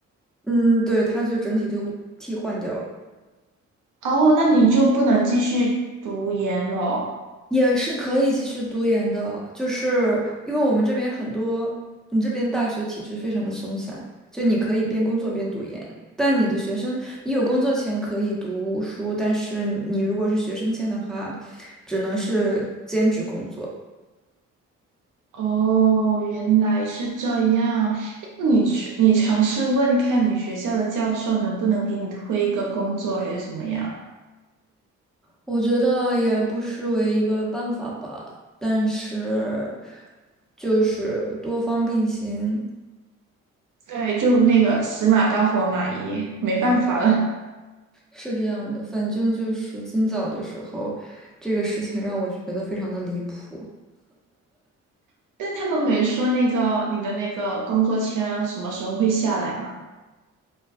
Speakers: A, in the centre; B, on the right (about 60°).
A: 嗯，对，他就整体就替换掉了。
B: 哦，那你就不能继续读研了哦。
A: 也是可以继续读研的，就是因为我们这边很多，你这边大学体制非常的松散，就你可以边工作边读研，但你的学生，你有工作前可以读书，但是你如果是学生签的话，只能是兼职工作。
B: 哦原来是这样。你去，你尝试问看你学校的教授能不能给你推一个工作，还是怎么样？
A: 我觉得也不失为一个办法吧，但是就是多方并行。
B: 对，就那个死马当活马医，没办法了。
A: 对。是这样的，反正就是今早的时候，这个事情让我觉得非常的离谱。
B: <laughs> 但他们没说那个你的那个工作签什么时候会下来嘛？